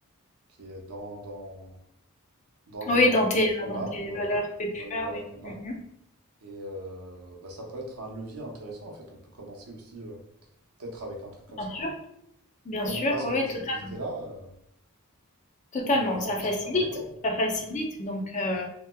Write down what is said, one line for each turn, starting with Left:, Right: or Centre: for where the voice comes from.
Right: qui est dans, dans, dans les
Left: Oui,
Right: valeurs
Left: dans tes,
Right: euh, qu'on
Left: dans
Right: a,
Left: tes
Right: voilà,
Left: valeurs que tu
Right: dans les
Left: as,
Right: valeurs
Left: oui.
Right: qu'on
Left: Mmh
Right: a. Et euh, bah, ça peut être un levier intéressant en fait. On peut commencer aussi euh, peut-être avec un truc comme
Left: Bien
Right: ça.
Left: sûr,
Right: hein.
Left: bien
Right: Comme
Left: sûr,
Right: on a cette
Left: oui, oui,
Right: possibilité-là.
Left: total totalement.
Right: et qu'on peut avoir
Left: Ça
Right: un
Left: facilite,
Right: certain apport.
Left: ça facilite
Right: Mm.
Left: donc heu,